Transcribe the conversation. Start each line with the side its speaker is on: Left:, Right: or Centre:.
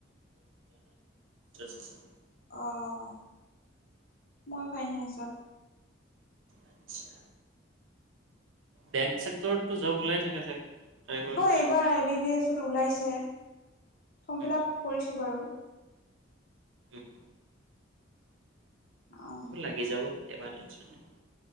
Right: <unintelligible>
Left: অঁ, মই ফাইনেন্সত।
Right: আচ্ছা বেংক চেক্টৰতটো জব ওলায়ে থাকে চাগে। ট্ৰাই কৰিব
Left: হয়
Right: লাগে
Left: এইবাৰ আই বি বি এছত ওলাইছে। ফৰ্ম
Right: উম
Left: ফিলাপ
Right: হম
Left: কৰিছোঁ বাৰু।
Right: উম।
Left: অঁ।
Right: লাগি যাব কেতিয়াবা টেনচন নাই।